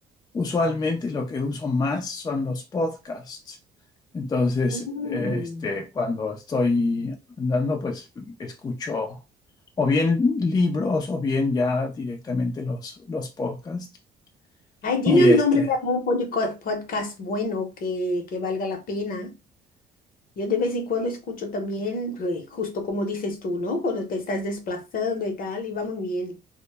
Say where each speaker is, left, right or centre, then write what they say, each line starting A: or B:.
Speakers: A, on the left; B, on the left.
A: usualmente lo que uso más son los podcasts. Entonces,
B: Mm.
A: eh, este, cuando estoy andando, pues escucho o bien libros o bien ya directamente los, los podcasts.
B: Ay, dime
A: Y Ok. este,
B: un nombre de algún podco- podcast bueno que, que valga la pena. Yo de vez en cuando escucho también, eh, justo como dices tú, ¿no? Cuando te estás desplazando y tal, y va muy bien.